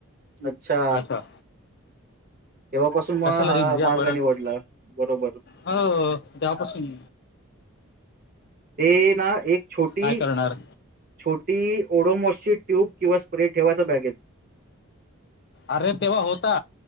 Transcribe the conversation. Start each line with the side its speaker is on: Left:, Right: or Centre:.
Right: अच्छा
Left: असं
Right: तेव्हापसून तु
Left: कशाला
Right: हा
Left: रिक्स घ्या
Right: मार्ग
Left: परत
Right: निवडला बरोबर.
Left: हो तेव्हापासून.
Right: ते ना एक छोटी-
Left: काय करणार
Right: छोटी ओडोमोसची ट्यूब किंवा स्प्रे ठेवायच बॅगेत.
Left: अरे तेव्हा होता.